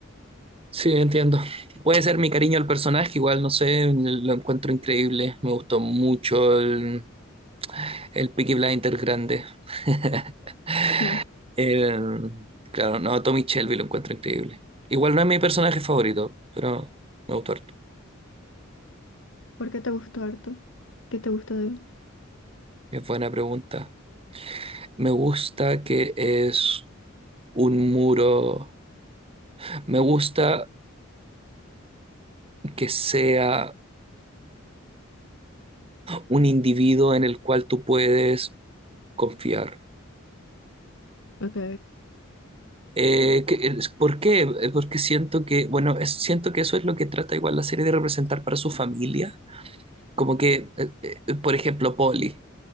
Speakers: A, on the right; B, on the left.
A: Sí, entiendo. Puede ser mi cariño al personaje, igual, no sé, lo encuentro increíble. Me gustó mucho el, el Peaky Blinders grande. <laughs>
B: Mm.
A: El- claro, no, Tommy Shelby lo encuentro increíble. Igual no es mi personaje favorito, pero me gustó harto.
B: ¿Por qué te gustó harto? ¿Qué te gusta de él?
A: Es buena pregunta. Me gusta que es un muro. Me gusta que sea un individuo en el cual tú puedes confiar.
B: Ok.
A: Eh, que- es- ¿por qué? Eh, Porque siento que, bueno, es- siento que eso es lo que trata igual la serie de representar para su familia. Como que, eh, eh, eh, por ejemplo, Polly.